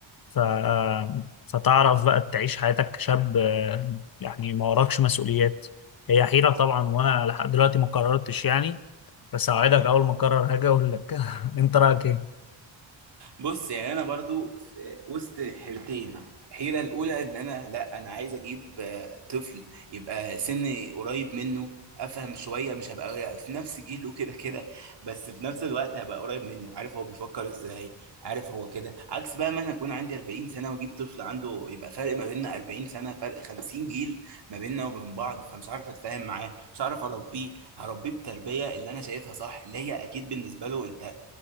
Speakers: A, on the left (about 50°); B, on the right (about 55°).
A: ف... آه، فتعرف بقى تعيش حياتك كشاب آه، يعني ما وراكش مسؤوليات هي حيرة طبعا وانا لحد دلوقتي ما قررتش يعني بس اوعدك اول ما اقرر هاجي اقول لك <laughs> انت رأيك ايه؟
B: بص يعني انا برضو في وسط حيرتين الحيره الاولى ان انا لا انا عايز اجيب آه، طفل يبقى سني قريب منه افهم شويه مش هبقى في نفس جيله كده كده بس في نفس الوقت هبقى قريب منه عارف هو بيفكر ازاي عارف هو كده عكس بقى ما انا اكون عندي 40 سنه واجيب طفل عنده يبقى فرق ما بيننا 40 سنه فرق 50 جيل ما بيننا وبين بعض فمش عارف اتفاهم معاه مش عارف اربيه هربيه بتربيه اللي انا شايفها صح اللي هي اكيد بالنسبه له انت